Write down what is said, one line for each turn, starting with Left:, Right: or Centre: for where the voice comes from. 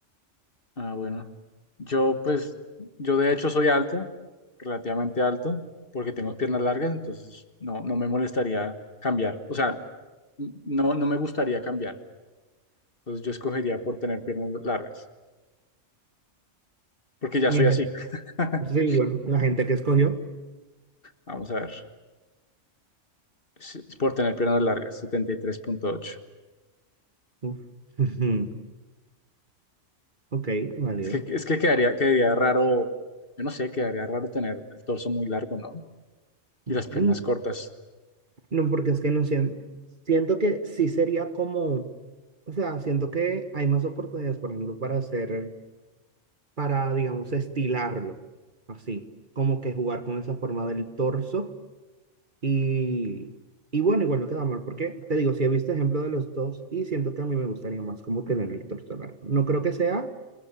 Left: Ah, bueno. Yo, pues, yo de hecho soy alto, relativamente alto, porque tengo piernas largas, entonces no, no me molestaría cambiar. O sea, no, no me gustaría cambiar. Entonces yo escogería por tener piernas largas, porque ya
Right: Y
Left: soy
Right: en
Left: así.
Right: gen-
Left: <laughs>
Right: Sí, bueno, la gente que escogió.
Left: Vamos a ver. Sí, Por tener piernas largas, 73.8.
Right: Uf. <laughs> Ujú. Ok, válido.
Left: Es que, es que quedaría, quedaría raro, yo no sé, quedaría raro tener el torso muy largo, ¿no?
Right: Mm,
Left: Y las piernas cortas.
Right: No, porque es que no siento, siento que sí sería como O sea, siento que hay más oportunidades, por ejemplo, para hacer, para, digamos, estilarlo, así, como que jugar con esa forma del torso y, y bueno, igual no queda mal, porque te digo, si he visto ejemplo de los dos y siento que a mí me gustaría más como tener el torso largo. No creo que sea